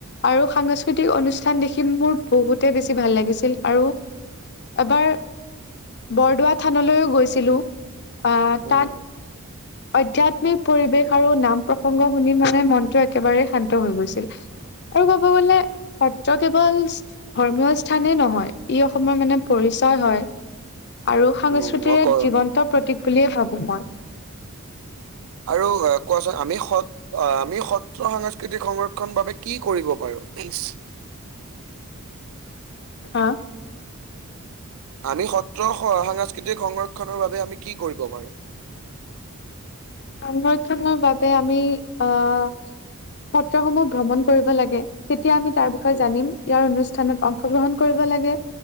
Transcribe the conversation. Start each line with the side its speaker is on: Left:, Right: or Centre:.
Left: আৰু সাংস্কৃতিক অনুষ্ঠান দেখি, মোৰ বহুতে বেছি ভাল লাগিছিল আৰু। এবাৰ, বৰদোৱা থানলৈও গৈছিলো। আহ,
Right: উম
Left: তাত
Right: উম
Left: আধ্যাত্মিক পৰিৱেশ, আৰু নাম-প্ৰসংগ শুনি মানে মনতটো একেবাৰেই শান্ত হৈ গৈছিল। আৰু ক'ব গ'লে, সত্ৰ কেৱল ধৰ্মীয় স্থানেই নহয়। ই অসমৰ মানে পৰিচয় হয়, আৰু সংস্কৃতিৰ
Right: উম মই ক
Left: এক জীৱন্ত প্ৰতীক, বুলিয়েই ভাবো মই।
Right: আৰু কোৱাচোন আমি সত, আমি সত্ৰ, সাংস্কৃতিক সংৰক্ষণ বাবে কি কৰিব পাৰো, ভিকচ
Left: হা
Right: আমি সত্ৰ সাংস্কৃতিক সংৰক্ষণৰ বাবে আমি কি কৰিব পাৰো?
Left: সংৰক্ষণৰ বাবে, আমি আহ সত্ৰসমূহ ভ্ৰমণ কৰিব লাগে, তেতিয়া আমি তাৰ বিষয়ে
Right: উম,
Left: জানিম। ইয়াৰ অনুষ্ঠানত অংশগ্ৰহণ কৰিব লাগে,